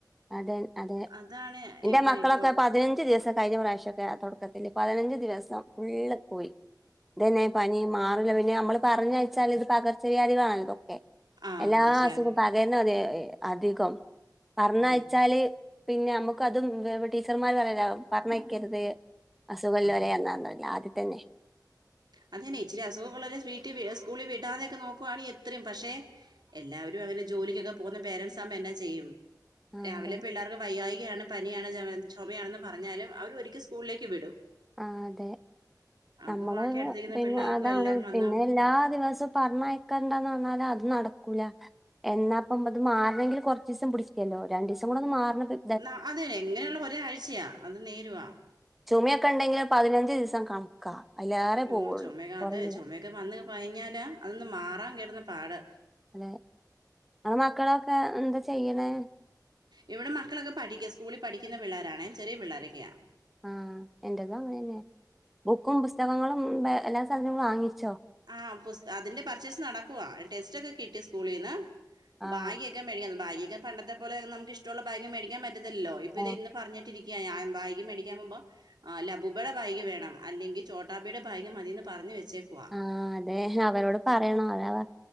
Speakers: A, in the centre; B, on the right.
A: അതെൻ അതെ
B: അതാണ്
A: എന്റെ
B: ഇപ്പൊ
A: മക്കളൊക്കെ
B: ഇപ്പോഴത്തെ
A: പ പതിനഞ്ച് ദിവസം കഴിഞ്ഞ പ്രാവിശ്യോക്കെ തൊടക്കത്തില് പതിനഞ്ച് ദിവസം ഫുള്ള് പോയി തെന്നെ പനി മാറില്ല പിന്നെ അമ്മള് പറഞ്ഞയച്ചാല്ത് പകർച്ചവ്യാധികളാൺല്ലോ എ
B: ആ
A: എല്ലാ
B: പാർശ്വവായു
A: അസുഖോം പകര്നൊരേ എ അധികം പർന്ന
B: ഉം
A: ന്നാല് പിന്നെ അമ്മക്ക് അതും വേവ ടീച്ചർമാര് പറ്യലോ പറഞ്ഞക്കര്തേ അസുഖല്ലോരെ
B: ആ
A: എന്നാന്നല്ല ആദ്യത്തന്നെ
B: അതെന്നെ ഇച്ചിരി അസുഖൊക്കൊള്ളോരെ വീട്ടി വി സ്കൂളി വിടാതെയൊക്കെ നോക്കുവാണീഎത്രിംപക്ഷെ എല്ലാവരുഅങ്ങനെ ജോലിക്കൊക്കെ പോകുന്ന പേരൻസാമ്പോ എന്നാ ചെയ്യും
A: ആ
B: രാവിലെ
A: അതെ
B: പിള്ളാർക്ക് വയ്യായ്കയാണ് പനിയാണ് ജെമ ച്ചൊമയാണെന്ന് പറഞ്ഞാലും അവർ ഒര്ക്കി സ്കൂളിലേക്ക് വിടും
A: ആഹ് അതെ
B: അപ്പം
A: നമ്മള്
B: ബാക്കി
A: ഉം
B: അടുത്തിരിക്കുന്ന
A: പിന്നെ
B: പിള്ളേർക്കും
A: അതാണ്
B: എല്ലാം വന്ന്
A: പിന്നെ എല്ലാ ദിവസുപർണയ് ക്കണ്ടാന്നർഞ്ഞാല അത് നടക്കൂല എന്നാപ്പം അത് മാർണെങ്കിൽ കൊർച്ചീസം പുടിക്യല്ലോ രണ്ടീസംകൂടന്ന് മാർന്ന്ട്ട്‌
B: ന്ന അതെനെങ്ങനെള്ള ഒരാഴ്ച്യയാ അത് നേരുവാ
A: ചുമയൊക്കെണ്ടെങ്കിൽ പതിനഞ്ച് ദിസം കണക്കാ അതിലേറെ
B: അയ്യോ
A: പോവുള്ളൂ
B: ചൊമയകെഅത്
A: കൊറയൂല
B: ചൊമേക്കെ വന്ന് പയിഞ്ഞാലാഅതൊന്ന് മാറാൻ കെട്ന്ന പാട്
A: അതെ ങ്ങളെ മക്കളൊക്കെ എന്താ ചെയ്യ്ണേ
B: ഇവ്ടെ മക്കളൊക്കെ പഠിക്യസ്കൂളിൽ പഠിക്യന്ന പിള്ളാരാണേ ചെറിയ പിള്ളാരൊക്യാ
A: ആഹ് എന്റതും അങ്ങനെന്നെ ബുക്കും പുസ്തകങ്ങളും ബേ എല്ലാ സാധ്നങ്ങളും വാങ്ങിച്ചോ
B: ആഹ് പുസ്ത അതിന്റെ പർച്ചേസ് നടക്കുവാ ടെസ്‌റ്റൊക്കെ കിട്ടി സ്കൂളീന്ന്
A: ആഹ്
B: ബാകി ക്കെ മേടിക്യന്നും ബാഗീക്കെ പണ്ടത്തെ പോലെ നമുക്കിഷ്ട്ടൊള്ള ബാഗ് മേടിക്കാൻ പറ്റത്തില്ലല്ലോ ഇപ്പൊ ഇത്
A: ഓ
B: ഇന്ന് പറഞ്ഞിട്ടിരി ക്ക്യ ഞായം ബാഗ് മേടിക്യാൻ പോവുമ്പോ ആഹ് ലബൂബടെ ബാഗ് വേണം അല്ലെങ്കി ചോട്ടാബിടെ ബാഗ് മതീന്ന് പറഞ്ഞ് വെച്ചേക്കുവാ
A: ആഹ് അതെ അവരോട് പറയണം അതാ പർ